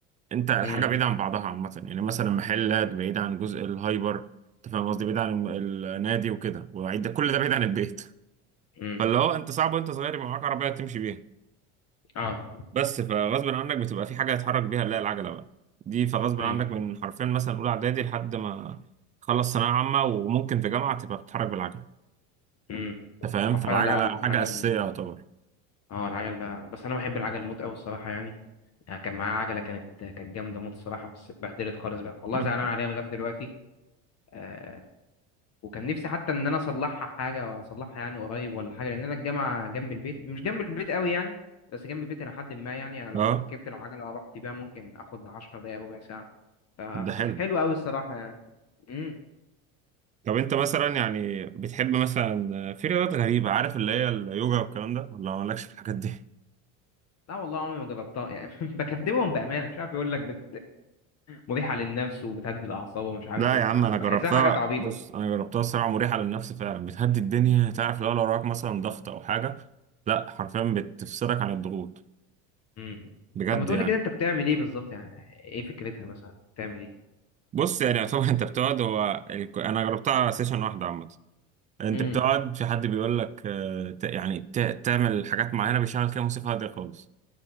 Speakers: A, on the right; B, on the left.
A: انت الحاجه
B: مم.
A: بعيده عن بعضها عامه يعني مثلا محلات بعيد عن جزء الهايبر انت فاهم قصدي بعيد عن الم- النادي وكده وعيد كل ده بعيد عن البيت
B: مم.
A: فاللي هو انت صعب وانت صغير يبقى معاك عربيه تمشي بيها
B: اه
A: بس فغصب عنك بتبقى في حاجه تتحرك بيها لا العجله بقى دي فغصب
B: مم.
A: عنك من حرفيا مثلا اولى اعدادي لحد ما تخلص ثانويه عامه وممكن في جامعه تبقى بتتحرك بالعجله
B: مم.
A: انت فاهم
B: هو
A: فالعجله
B: فعلا لا
A: حاجه
B: العجل
A: اساسيه يعتبر
B: اه العجل ده بس انا بحب العجل موت قوي الصراحه يعني يعني كان معايا عجله كانت كانت جامده موت الصراحه بس اتبهدلت خالص بقى والله
A: <laughs>
B: زعلان عليها لغايه دلوقتي آه وكان نفسي حتى ان انا اصلحها حاجه واصلحها يعني قريب ولا حاجه لان انا الجامعه جنب البيت مش جنب البيت قوي يعني بس جنب البيت الى حد ما يعني انا
A: اه
B: لو ركبت العجله ورحت بيها ممكن اخد 10 دقائق ربع ساعه ف... فكانت
A: ده حلو
B: حلوه قوي الصراحه يعني امم
A: طب انت مثلا يعني بتحب مثلا في رياضات غريبة عارف اللي هي اليوجا والكلام ده ولا مالكش في الحاجات دي؟
B: لا والله عمري ما جربتها يعني <laughs> بكدبهم بامانه مش عارف يقول لك بت... مريحه للنفس وبتهدي الاعصاب ومش عارف
A: لا
B: ايه
A: يا
B: ما-
A: عم انا جربتها
B: بحسها حاجات عبيطه
A: بص انا جربتها الصراحة مريحة للنفس فعلا بتهدي الدنيا تعرف لو لو وراك مثلا ضغط او حاجة لا حرفيا بتفصلك عن الضغوط
B: امم
A: بجد
B: طب ما تقولي
A: يعني
B: كده انت بتعمل ايه بالظبط يعني ايه فكرتها مثلا بتعمل ايه
A: بص يعني طبعا <laughs> انت بتقعد هو الك- انا جربتها سيشن واحدة عامة انت
B: امم
A: بتقعد في حد بيقول لك اه، ت- يعني ت- تعمل حاجات معينة بيشغل كده موسيقى هادية خالص